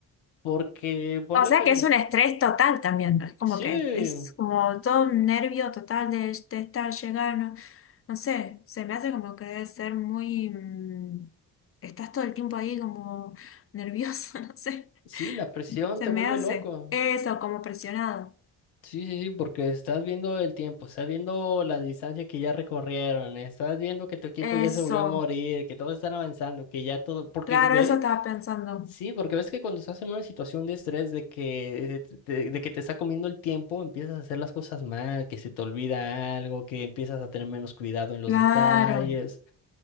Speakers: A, on the left (about 75°); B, on the left (about 30°).
A: porque ponle
B: No, O sea
A: que
B: que
A: que-
B: es un estrés total también, ¿no? Es como
A: sí,
B: que es como todo un nervio total de, de estar llegando. No sé, se me hace como que debe ser muy... mm, estás todo el tiempo ahí como nervioso, <laughs> no sé.
A: sí, la presión
B: Se
A: te
B: me
A: vuelve
B: hace.
A: loco.
B: Eso, como presionado.
A: Sí, sí, sí, porque estás viendo el tiempo, estás viendo la distancia que ya recorrieron, estás viendo que tu equipo
B: Eso.
A: ya se volvió a morir, que todos están avanzando, que ya todo, porque
B: Claro,
A: ves,
B: eso estaba pensando.
A: sí, porque ves que cuando estás en una situación de estrés, de que te, te- de que te está comiendo el tiempo, empiezas a hacer las cosas mal, que se te olvida algo, que empiezas a tener menos cuidado en los
B: Claro.
A: detalles.